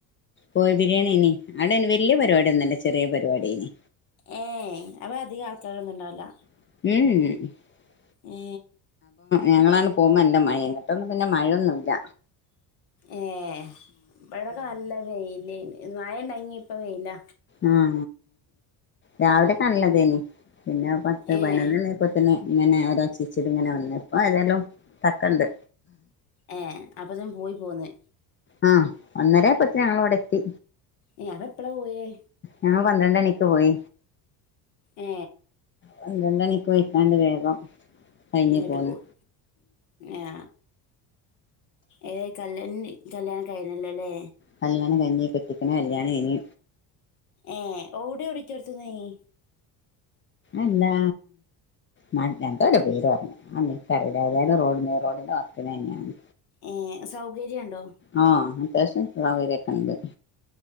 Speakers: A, on the left; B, on the left.
A: പോയി ബിരിയാണിഞീ അവിടന് വലിയ പരിപാടിയോന്നുല്ല ചെറിയ പരിപാടീഞീ
B: ഏ അവ അധികം ആൾക്കാരൊന്നും ഉണ്ടാവില്ല
A: ഉം
B: ഏ
A: ഞങ്ങളാണ് പോകുമ്പോ നല്ല മഴയുംങ്ങിട്ടൊന്നും പിന്നെ മഴയൊന്നുംല്ല
B: ഏ ഇവടക്കെ നല്ല വെയിലിന് മഴണ്ടങ്ങി ഇപ്പ വെയില
A: ആ രാവിലെ കാലതേനി
B: ഉം
A: പിന്നെ പത്ത്
B: ഏഹ്
A: പതിനൊന്ന് മണിയായപ്പത്തെന് ഇങ്ങനെ ഓരോ ചീച്ചിടി ഇങ്ങനെ വന്ന ഇപ്പോൾ ഏതായാലും തക്കണ്ട്
B: ഏ അപ്പൊ <unintelligible> പോയി പോന്ന്
A: ആ ഒന്നരപ്പത്തേന് ഞങ്ങളിവിടെ എത്തി
B: ഏ അതേപ്പള പോയേ
A: ഞങ്ങള് പന്ത്രണ്ടണിക്ക് പോയി
B: ഏ
A: പന്ത്രണ്ട് മണിക്ക് പൊയ്ക്കാണ്ട് വേഗം കഴിഞ്ഞ്
B: ഇങ്ങിട്ട്
A: പോന്ന്
B: പോവും ആ ഏ കല് കല്യാണം കഴിഞ്ഞല്ലല്ലേ
A: കല്യാണം കൈഞ്ഞീ കെട്ടിക്കണ കല്യാണം ഇനി
B: ഏ ഓടി ഓടിതീർത്തിന്ന് ഇനി
A: അല്ലാ മറ്റാണ്ടോര് പേര് പറഞ്ഞു ആ എനിക്കറിയില്ല ഏതായാലും റോഡിന് റോഡിന്റെ വക്കന് തന്നെയാണ്
B: ഏ സൗകര്യം ഒണ്ടോ
A: ആ അത്യാവശ്യം സൗകര്യേക്കെ ഒണ്ട്